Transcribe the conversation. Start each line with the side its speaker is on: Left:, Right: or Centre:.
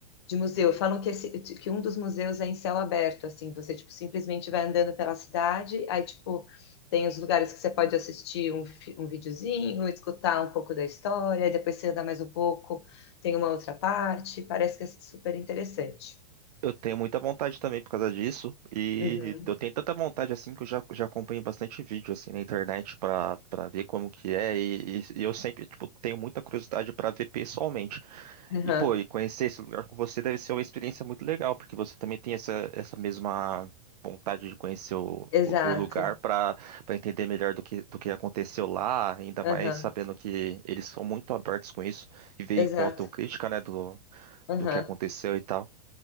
Left: de museu. Falam que, esse, que um dos museus é em céu aberto, assim, você, tipo, simplesmente vai andando pela cidade, aí, tipo, tem os lugares que você pode assistir um, fi- um videozinho, escutar um pouco da história, depois você anda mais um pouco, tem uma outra parte, parece que é super interessante.
Right: Eu tenho muita vontade também por causa disso, e
Left: Uhum.
Right: eu tenho tanta vontade assim que eu já, já acompanho bastante vídeo assim na internet pra para ver como que é, e, e- e eu sempre, tipo, tenho muita curiosidade pra ver pessoalmente.
Left: Uhum.
Right: E pô, e conhecer esse lugar com você deve ser uma experiência muito legal, porque você também tem essa, essa mesma vontade de conhecer o,
Left: Exato.
Right: o, o lugar pra para entender melhor do que, do que aconteceu lá, ainda
Left: Aham.
Right: mais sabendo que eles são muito abertos com isso e veem
Left: Exato.
Right: com autocrítica, né, do,
Left: Aham.
Right: do que aconteceu e tal.